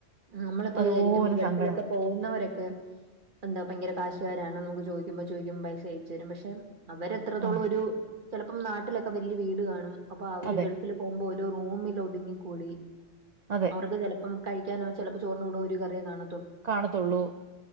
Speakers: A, on the right; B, on the right.
A: നമ്മളിപ്പോ
B: അതുപോലെ
A: വിചാരിക്കും. ഗൾഫിലൊക്കെ
B: സങ്കടം
A: പോകുന്നവരൊക്കെ. എന്താ ഭയങ്കര കാശുകാര് ആണ് നമ്മുക്ക് ചോദിക്ക്ബോ ചോദിക്കുമ്പോ പൈസ അയച്ച് തരും. പക്ഷെ അവരെ എത്രത്തോളം
B: ആ
A: ഒരു ചേ - ഇപ്പം നാട്ടിലൊക്കെ വലിയ വീട് കാണും. അപ്പൊ അവര്
B: അതെ
A: ഗൾഫില് പോകുമ്പോ ഒരു റൂമിൽ ഒതുങ്ങിക്കൂടി.
B: അതെ
A: അവർക്ക് ചിലപ്പം കഴിക്കാനോ ചിലപ്പോ ചോറിന് കൂടെ ഒരു കറിയോ കാണ
B: കാണത്തുള്ളൂ